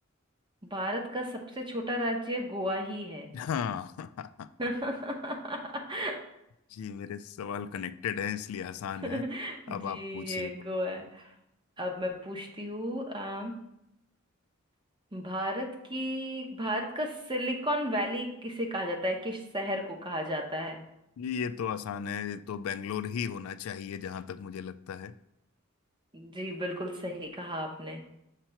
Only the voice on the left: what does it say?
हाँ <laughs>
जी मेरे सवाल कनेक्टेड हैं इसलिए आसान
है अब आप पूछिए
कुछ
जी ये तो आसान है ये तो बेंगलोर ही होना चाहिए जहां तक मुझे लगता है